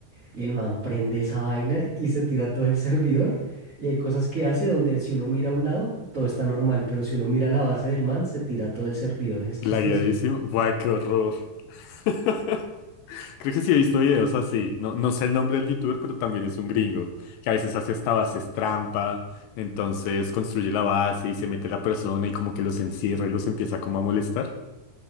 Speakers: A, on the right; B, on the left.
A: Y el man prende esa vaina y se tira todo el servidor. Y hay cosas que hace donde si uno mira a un lado, todo está normal, pero si uno mira la base del man, se tira todo el servidor. Es
B: Lagueadísimo.
A: chistoso.
B: Buah, qué horror. <laughs> Creo que sí he visto videos así. No, no sé el nombre del youtuber, pero también es un gringo, que a veces hace hasta bases trampa, entonces construye la base y se mete la persona y como que los encierra y los empieza como a molestar.